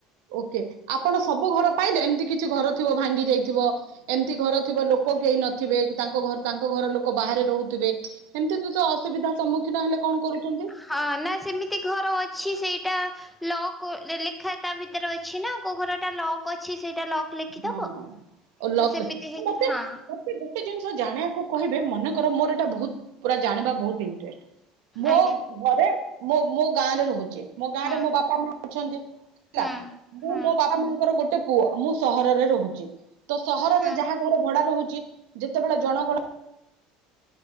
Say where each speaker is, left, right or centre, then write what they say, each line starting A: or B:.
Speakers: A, on the right; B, in the centre.
A: ଓକେ ଆପଣ ସବୁ ଘର ପାଇଲେ ଏମିତି କିଛି ଘର ଥିବ ଭାଙ୍ଗି ଯାଇଥିବ। ଏମିତି ଘର ଥିବା ଲୋକ କେହି ନଥିବେ ତାଙ୍କ ଘ ତାଙ୍କ ଘର ଲୋକ ବାହାରେ ରହୁଥିବେ। ଏମିତି ତ ଅସୁବିଧା ସମ୍ମୁଖୀନ ହେଲେ କଣ କରୁଛନ୍ତି?
B: ହଁ ନା ସେମିତି ଘର ଅଛି ସେଇଟା ଲକ୍ ଲେଖା ତା ଭିତରେ ଅଛି ନା କୋଉ ଘରଟା ଲକ୍ ଅଛି ସେଇଟା ଲକ୍ ଲେଖିଦବ
A: ହଁ ଲକ୍
B: ତ ସେମିତି ହେଇଥି
A: ମତେ
B: ହଁ।
A: ମତେ ଗୋଟେ ଜିନିଷ ଜାଣିବାକୁ କହିବେ ମନେ କର ମୋର ଏଇଟା ବହୁତ ପୁରା ଜାଣିବା ବହୁତ ଇଣ୍ଟେଷ୍ଟ। ମୋ
B: ଆଜ୍ଞା
A: ଘରେ ମୋ ମୋ ଗାଁରେ ରହୁଛି ମୋ ଗାଁରେ
B: ହୁଁ
A: ମୋ ବାପା ମା ଅଛନ୍ତି। ହେଲା
B: ହୁଁ
A: ମୁଁ
B: ହୁଁ
A: ମୋ ବାପା ମାଙ୍କର ଗୋଟେ ପୁଅ ମୁଁ ସହରରେ ରହୁଛି। ତ ସହରରେ
B: ହୁଁ
A: ଯାହା ଘରେ ଭଡା ରହୁଛି ଯେତେବେଳେ ଜଣଗଣ